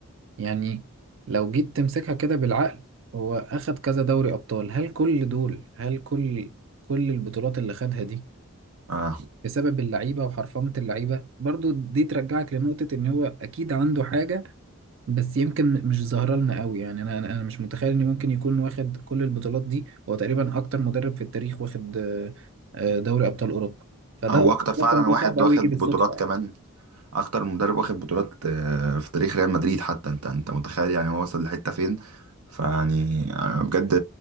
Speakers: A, on the right; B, on the right.
A: يعني لو جيت تمسكها كده بالعقل هو أخد كذا دوري أبطال هل كل دول هل كل كل البطولات اللي خدها دي
B: اه
A: بسبب اللعيبة وحرفنة اللعيبة برضو دي ترجعك لنقطة إن هو أكيد عنده حاجة بس يمكن مش ظاهرة لنا قوي يعني أنا أنا أنا مش متخيل إن ممكن يكون واخد كل البطولات دي هو تقريبا أكتر مدرب في التاريخ واخد آه، آه، دوري أبطال أوروبا فده
B: هو اكتر فعلا
A: لكن ده
B: واحد
A: صعب قوي
B: واخد
A: يجي بالصدفة
B: بطولات كمان اكتر مدرب واخد بطولات آه، في تاريخ ريال مدريد حتى انت انت متخيل يعني هو وصل لحتة فين فيعني أنا بجد